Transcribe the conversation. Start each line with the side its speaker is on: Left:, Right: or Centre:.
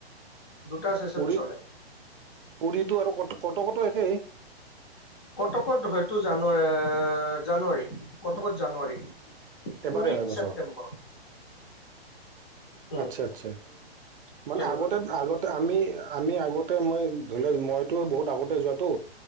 Left: দুটা চেচন
Right: পুৰীত
Left: চলে
Right: পুৰীটো আৰু ক কটকটো একেই
Left: কটকত হয়তো জানুৱাৰী জানুৱাৰী কটকত জানুৱাৰী
Right: এবাৰেই
Left: কুৰিীত
Right: হয় বছৰত।
Left: ছেপ্তেম্বৰ উম
Right: আচ্ছা আচ্ছা মানে
Left: তেনেকুৱা
Right: আগতে আগতে আমি আমি আগতে মই ধৰি লও মইতো বহুত আগতে যোৱাতটো